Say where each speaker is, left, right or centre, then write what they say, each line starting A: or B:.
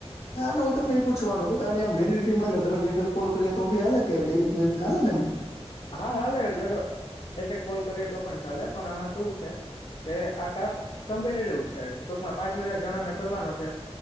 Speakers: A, on the left; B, on the left.
A: હા હું તમને એ પૂછવાનું હતું કાર એમ વેલીટી માન્યો દરજ કોલ કરી તો ભી હાલે કે ડેલીલે ને એમ
B: હા હાલે જરા એક એક કોલ કરીએ તો પણ ચાલે પણ આમાં શું છે. કે આ ટાક કમ્પટિવ છે ટોકમાં પાંચ હજાર જણા ને કરવાનો છે,